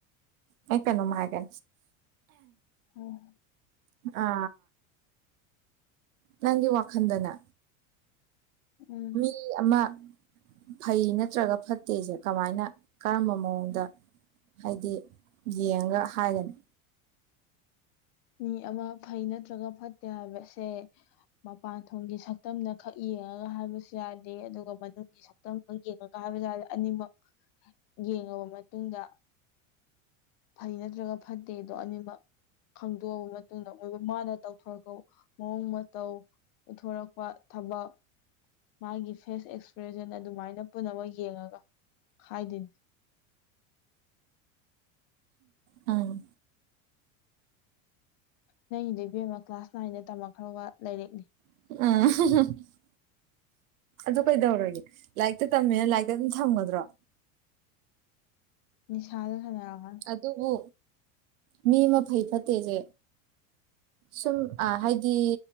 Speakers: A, on the right; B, on the left.
A: ꯑꯩꯀꯅꯃꯒꯦ
B: ꯑꯣ
A: ꯑ ꯅꯪꯒꯤ ꯋꯥꯈꯟꯗꯅ
B: ꯎꯝ
A: ꯃꯤ ꯑꯃ ꯐꯩ ꯅꯠꯇ꯭ꯔꯒ ꯐꯠꯇꯦꯁꯦ ꯀꯃꯥꯏꯅ ꯀꯔꯝꯕ ꯃꯑꯣꯡꯗ ꯍꯥꯏꯗꯤ ꯌꯦꯡꯉꯒ ꯍꯥꯏꯒꯅꯤ
B: ꯃꯤ ꯑꯃ ꯐꯩ ꯅꯠꯇ꯭ꯔꯒ ꯐꯠꯇꯦ ꯍꯥꯏꯕꯁꯦ ꯃꯄꯥꯟꯊꯣꯡꯒꯤ ꯁꯛꯇꯝꯅ ꯈꯛ ꯌꯦꯡꯉꯒ ꯍꯥꯏꯕꯁꯨ ꯌꯥꯗꯦ ꯑꯗꯨꯒ ꯃꯅꯨꯡꯒꯤ ꯁꯛꯇꯝ ꯈꯔ ꯌꯦꯡꯉꯒ ꯍꯥꯏꯕꯁꯥꯗ ꯑꯅꯤꯃꯛ ꯌꯦꯡꯉꯕ ꯃꯇꯨꯡꯗ ꯐꯩ ꯅꯠꯇ꯭ꯔꯒ ꯐꯠꯇꯦꯗꯣ ꯑꯅꯤꯃꯛ ꯈꯪꯗꯣꯛꯑꯕ ꯃꯇꯨꯡꯗ ꯃꯣꯏꯕꯨ ꯃꯥꯅ ꯇꯧꯊꯣꯔꯛꯄ ꯃꯑꯣꯡ ꯃꯇꯧ ꯎꯊꯣꯔꯛꯄ ꯊꯕꯛ ꯃꯥꯒꯤ ꯐꯦꯁ ꯑꯦꯛꯁꯄ꯭ꯔꯦꯁꯟ ꯑꯗꯨꯃꯥꯏꯅ ꯄꯨꯝꯅꯃꯛ ꯌꯦꯡꯉꯒ ꯍꯥꯏꯗꯣꯏꯅꯤ
A: ꯑꯝ
B: ꯅꯪ ꯏꯗꯕꯤꯦꯝ ꯑꯃ ꯀ꯭ꯂꯥꯁ ꯅꯥꯏꯟꯗ ꯇꯝꯃꯛꯈ꯭ꯔ ꯋꯥ ꯂꯥꯏꯔꯤꯛꯅꯤ
A: ꯑ ꯑꯗꯨ ꯀꯩꯗꯧꯔꯒꯦ ꯂꯥꯏꯔꯤꯛꯇ ꯇꯝꯃꯦꯅ ꯂꯥꯏꯔꯤꯛꯇ ꯑꯗꯨꯝ ꯊꯝꯒꯗ꯭ꯔꯣ
B: ꯅꯤꯁꯥꯗ ꯁꯅ ꯍꯥꯏ
A: ꯑꯗꯨꯕꯨ ꯃꯤ ꯑꯃ ꯐꯩ ꯐꯠꯇꯦꯁꯦ ꯁꯨꯝ ꯑ ꯍꯥꯏꯗꯤ